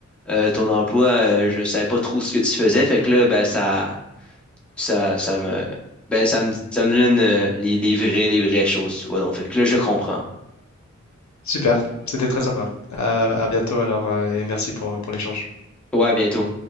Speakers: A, in the centre; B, on the left (about 70°).
A: euh, ton emploi, euh, je savais pas trop ce que tu faisais. Fait que là, ben ça ça, ça me ben ça me ça me donne euh, les, les vraies les vraies choses, tu vois. Donc, fait que là, je comprends.
B: Super, c'était très sympa. À, à bientôt alors euh, et merci pour, pour l'échange.
A: Ouais, à bientôt.